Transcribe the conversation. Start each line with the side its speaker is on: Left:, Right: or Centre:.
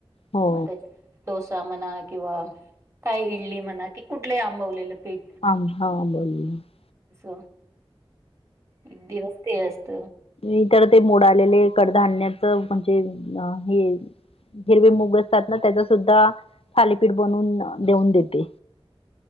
Left: हो
Right: मंग त्यां डोसा म्हणा किंवा कायं इडली म्हणां कि कुठले आंबवलेलं पीठ
Left: आम हा बोल <unintelligible>
Right: अस. एक दिवस ते असत.
Left: इतर ते मोडा आलेले कडधान्याच म्हणजे अ हे. हिरवे मुग असतात, ना त्याच सुद्धा थालीपीठ बनवून देऊन देते.